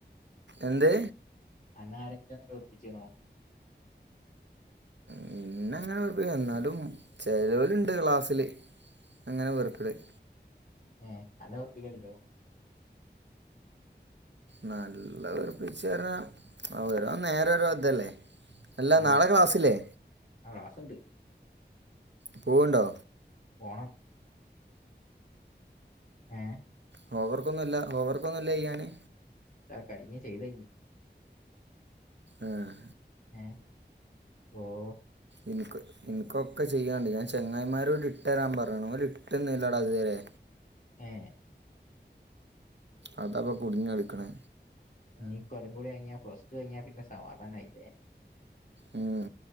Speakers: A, on the right; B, on the left.
A: എന്ത്
B: അയിനാരെ <unintelligible> ആരെ വെറുപ്പിച്ചിണോ
A: പിന്നെ അങ്ങനെ എന്നാലും ചെലവാരുണ്ട് ക്ലാസ്സില് അങ്ങനെ വെറുപ്പിതായി
B: ഏഹ് അന്നെ വെറുപ്പിക്കലുണ്ടോ
A: നല്ല വെറുപ്പിചേര ഓരോ നേര ഓരോരോ ഇതല്ലേ അല്ല
B: ആ
A: നാളെ ക്ലാസ്സില്ലേ
B: ആ ക്ലാസ് ഉണ്ട്
A: പൂവ്ണ്ടോ
B: പോണം ഏഹ്
A: ഹോംവർക്കൊന്നുല്ല ഹോം വർക്കൊന്നുല്ലയെയ്യന്
B: ആഹ് കഴിഞ്ഞ് ചെയ്തഴിഞ്ഞ്
A: ആഹ്
B: ഏഹ് ഓഹ്
A: ഇന്ക്ക് ഇന്ക്കൊക്കെ ചെയ്യാണ്ട് ഞാൻ ചെങ്ങായിമാരോട് ഇട്ട് തരാൻ പറയാണ് ഓല് ഇട്ട്ന്നില്ലടാ ഇതുരെ
B: ഏഹ്
A: അതപ്പൊ കുടുഞ്ഞാളിക്ക്ണ്
B: ഇഞ് ഇ കൊല്ലം കൂടി കഴിഞ്ഞ പ്ലസ് ടു കഴഞ്ഞാ പിൻ സമാധാനായില്ലേ
A: ഉം